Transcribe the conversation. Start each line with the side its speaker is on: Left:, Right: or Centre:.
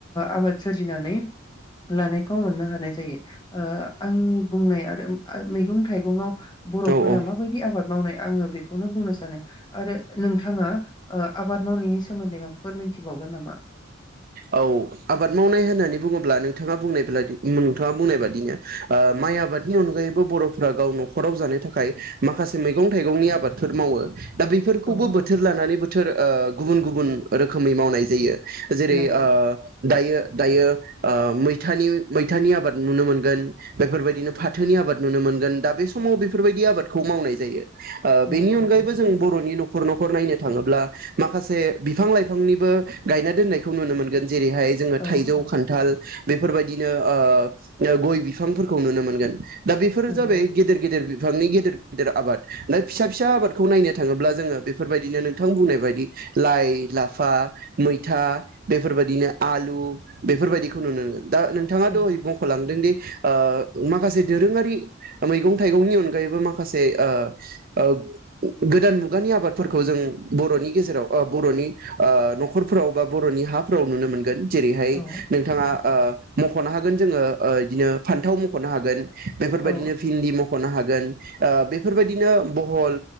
Left: आबाद सोरजिनानै लानायखौ मोननो हानाय जायो ओ आंनि बुंनाया आ मैगं थाइगंआव बर'फोरा
Right: औ औ
Left: माबायदि आबाद मावनाय आङो बेखौनो बुंनो सानो आरो नोंथाङा ओ आबाद मावनायनि सोमोन्दै माबाफोर मिन्थिबावगोन नामा
Right: औ आबाद मावनाय होननानै बुङोब्ला नोंथाङा बुंनाय ब्लादि नोंथाङा बुंनाय बादिनो ओ माइ आबादनि अनगायैबो बर'फोरा गाव न'खराव जानो थाखाय माखासे मैगं थाइगंनि आबादफोर मावो दा बैफोरखौबो
Left: औ
Right: बोथोर
Left: औ
Right: लानानै बोथोर ओ गुबुन गुबुन रोखोमै मावनाय जायो जेरै
Left: नंगौ
Right: ओ दायो दायो ओ मैथानि मैथानि आबाद नुनो मोनगोन बेफोरबायदिनो फाथोनि आबाद नुनो मोनगोन दा बे समाव बेफोरबायदि आबादखौ मावनाय जायो ओ
Left: नंगौ
Right: बेनि अनगायैबो
Left: नंगौ
Right: जों बर'नि न'ख खर न'खर नायनो थाङोब्ला माखासे बिफां लाइफांनिबो गायना दोननाय खौ नुनो मोनगोन जेरैहाय जोङो
Left: औ
Right: थाइजौ
Left: औ
Right: खान्थाल बेफोरबायदिनो ओ गय बिफांफोरखौ नुनो मोनगोन दा बेफोरो
Left: नंगौ
Right: जाबाय गेदेर गेदेर बि बिफांनि गेदेर गेदेर आबाद ना फिसा फिसा आबादखौ नायनो थाङोब्ला जोङो बेफोरबायदिनो नोंथां बुंनाय बायदि लाइ लाफा मैथा बेफोरबायदिनो आलु बेफोरबायदिखौ नुनोमोन गोन दा नोंथाङा
Left: नंगौ
Right: दहय बख'लांदों दि ओ माखासे दोरोङारि मैगं थाइगंनि अनगायैबो माखासे ओ ओ गोदान मुगानि आबादफोरखौ जों बर'नि गेजेराव ओ बर'नि ओ न'खरफोराव बा बर'नि हाफोराव नुनो मोनगोन जेरैहाय
Left: औ
Right: नोंथाङा ओ मख'नो हागोन जोङो ओ इदिनो फान्थाव मख'नो हागोन बेफोरबायदिनो
Left: औ
Right: भिन्दि मख'नो हागोन <inaudible> ओ बेफोरबायदिनो बहल